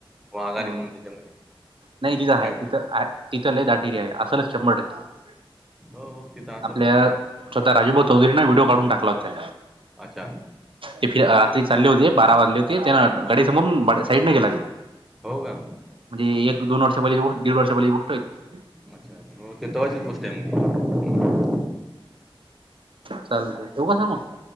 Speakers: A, in the centre; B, on the right.
A: गोळा झाली म्हणून
B: ह
A: त्याच्यामध्ये
B: नाही
A: मग
B: तिथं आहे
A: कायतरी,
B: तिथं आहे तिथं ल दाटीर ये असलच शंभर टक्के.
A: हो हो. तिथं असलच
B: आपल्या
A: ना.
B: स्वतः राजूभाऊ चौधरीने व्हिडिओ काढून टाकला होत्या
A: अच्छा.
B: ते फि रात्री चालले होते बारा वाजले होते त्यानं गाडी समोरून साईडने गेला की
A: भाऊ का
B: म्हणजे एक दोन वर्षांपली दीड वर्षापली गोष्ट हाय ती
A: अच्छा अच्छा हो ती तवाचीच गोष्ट आहे म ती
B: चालते ठेऊ का सांहेब म